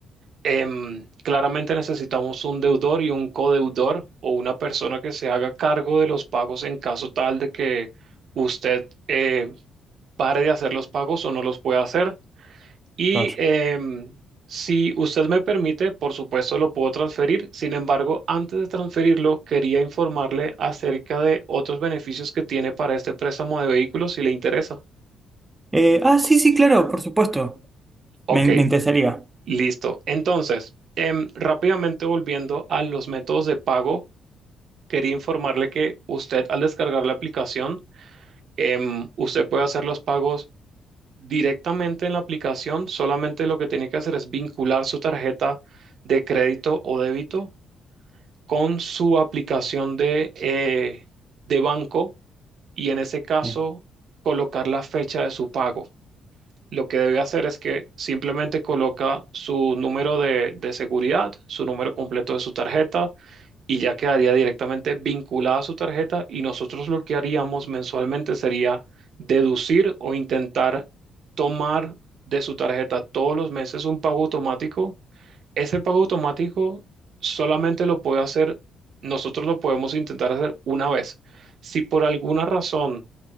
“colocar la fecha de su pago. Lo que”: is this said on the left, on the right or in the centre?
Right